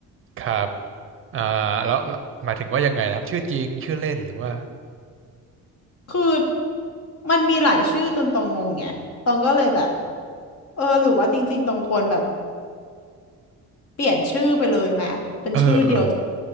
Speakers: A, on the right; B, on the left.
A: ครับอ่าแล้วแล้วหมายถึงว่ายังไงนะครับชื่อจริงชื่อเล่นหรือว่า
B: คือมันมีหลายชื่อจนตองงงไงตองก็เลยแบบเออหรือว่าจริงๆตองควรแบบเปลี่ยนชื่อไปเลยไหมเป็นชื่อเดียว
A: เออเออ